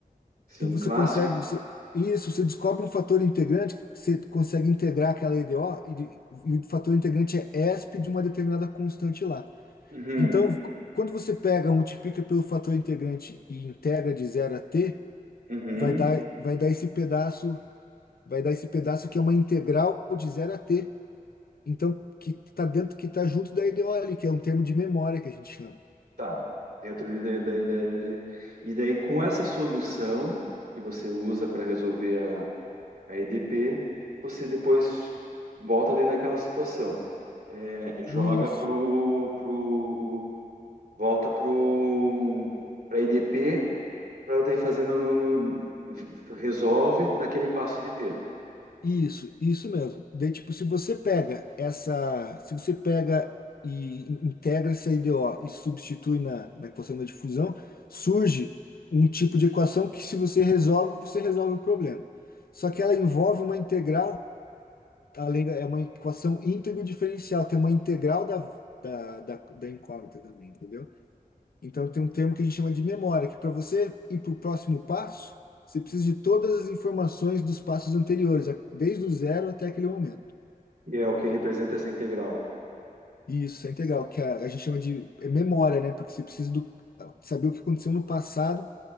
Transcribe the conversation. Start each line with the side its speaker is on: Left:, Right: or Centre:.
Right: Sim,
Left: Então você
Right: clássico.
Left: consegue, você- isso, você descobre um fator integrante que você consegue integrar aquela IDO e, de- e o fator integrante é ESP de uma determinada constante lá.
Right: Uhum.
Left: Então, quando você pega, multiplica pelo fator integrante e integra de zero a t,
Right: Uhum.
Left: vai dar, vai dar esse pedaço, vai dar esse pedaço que é uma integral de zero a t. Então, que está dentro, que está junto da IDO ali, que é um termo de memória que a gente chama.
Right: Tá. Dentro de daí, daí, daí, daí. E daí, com essa solução que você usa para resolver a, a EDP, você depois volta dentro daquela situação. É, joga
Left: Isso.
Right: pro, pro, volta pro, pra EDP, para daí fazer no, no- no- resolve naquele passo de tempo.
Left: Isso, isso mesmo. Daí, tipo, se você pega essa, se você pega e integra essa IDO e substitui na, na equação da difusão, surge um tipo de equação que se você resolve, você resolve o problema. Só que ela envolve uma integral, além da, é uma equação íntegro-diferencial, tem uma integral da, da, da, da incógnita também, entendeu? Então tem um termo que a gente chama de memória, que para você ir para o próximo passo, você precisa de todas as informações dos passos anteriores, a- desde o zero até aquele momento.
Right: E é o que representa essa integral.
Left: E Isso é integral, que a, a gente chama de é memória, né? Porque você precisa do, saber o que aconteceu no passado,